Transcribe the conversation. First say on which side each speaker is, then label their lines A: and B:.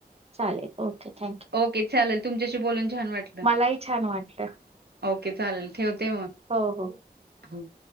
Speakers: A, on the right; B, on the right.
A: चालेल ओके थँक्यू.
B: ओके चालेल तुमच्याशी बोलून छान वाटलं,
A: मलाही छान वाटलं
B: ओके चालेल ठेवते मग.
A: हो हो.
B: हम्.